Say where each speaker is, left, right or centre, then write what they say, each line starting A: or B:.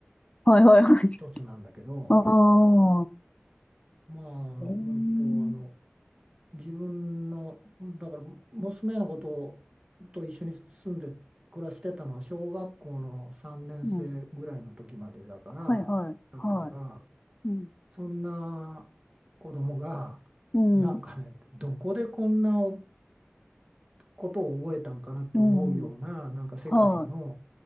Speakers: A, on the left; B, on the right.
A: はいはいはい。
B: 一つなんだけど、
A: <laughs> あ
B: まあ、
A: あ。
B: 本当、
A: ええ
B: あの、自分の、だから、娘のことと一緒に住んで暮らしてたのは、小学校の3年生ぐらいの時までだから、
A: うん。はいはいは
B: だったから、
A: い。うん。
B: そんな子供が、
A: うん。
B: なんかね、どこでこんなおことを覚えたんかなって思うようななんか世界の
A: うん。はい。